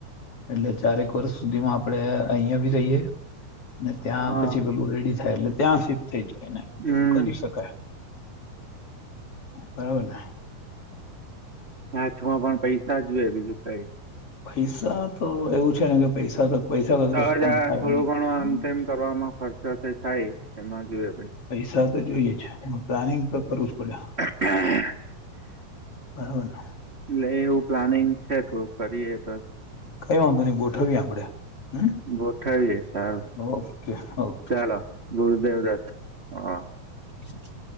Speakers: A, on the left; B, on the right.
A: એટલે ચારેક વર્ષ સુધીમાં આપણે અહિયાં ભી કહીએ ને ત્યાં
B: હા
A: પછી પેલું રેડી થાય એટલે ત્યાં શિફ્ટ થઈ જાયને
B: હમ.
A: એવું કરી શકાય બરાબર ને
B: હાથમાં પણ પૈસા જુએ બીજું કાઈ નહિ
A: પૈસા તો એવું છે ને કે પૈસા તો પૈસા કરતા
B: આવાજવામાથોડું
A: કશું કામ થાય નહી
B: ઘણું આમ તેમમ કરવામાં ખર્ચો થ થાય એમાં જુએ ભાઈ
A: સાથે જોઈએ પ્લાનિંગ તો કરવું જ પડે
B: પૈસા.
A: બરાબર ને
B: એટલે એવું પ્લાનિંગ છે તો કરીએ તો
A: કઈ વાંધો નહી ગોઠવીએ આપડે હમ
B: ગોઠાવએે સારું
A: ઓકે ઓકે
B: ચાલો ગુરુદેવ દત હા <unintelligible>